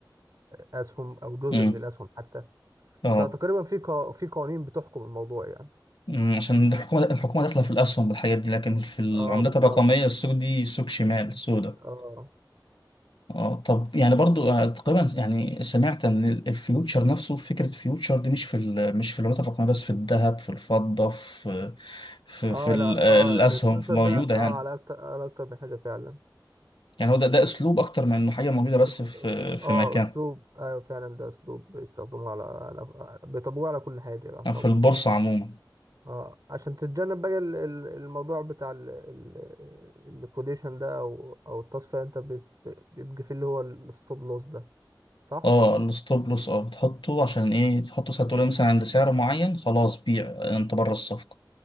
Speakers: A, on the right; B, on the left.
A: آه، أسهم أو جزء
B: أمم.
A: من الأسهم حتى
B: اه
A: فتقريبا في قا- في قوانين بتحكم الموضوع يعني
B: أمم. عشان الحكومة الحكومة داخلة في الأسهم والحاجات دي لكن في العملات
A: اه بالظبط
B: الرقمية السوق دي سوق شمال السوداء
A: اه
B: اه طب يعني برضو آه، تقريبا يعني سمعت ان ال- الفيوتشر نفسه فكرة الفيوتشر دي مش في ال- مش في العملات الرقمية بس في الذهب في الفضة في في
A: اه
B: في ال-
A: لا
B: آه،
A: اه
B: الأسهم
A: الانفلونسر
B: في موجودة
A: ده اه
B: يعني
A: على اكتر على اكتر من حاجه فعلا
B: يعني هو ده ده أسلوب أكتر من إنه حاجة موجودة بس
A: أس-
B: في
A: أس-
B: في
A: اه
B: مكان
A: اسلوب ايوه فعلا ده اسلوب بيستخدموه على, على بيطبقوه على كل حاجه يعتبر
B: أو في البورصة عموما
A: اه عشان تتجنب بقى ال- ال- الموضوع بتاع ال- ال- الكوديشن ده او او التصفيه انت بت- بيبقى فيه اللي هو الستوب لوس ده صح
B: اه الستوب لوس اه بتحطه عشان ايه تحطه ساعة تقول مثلا عند سعر معين خلاص بيع آه، انت بره الصفقة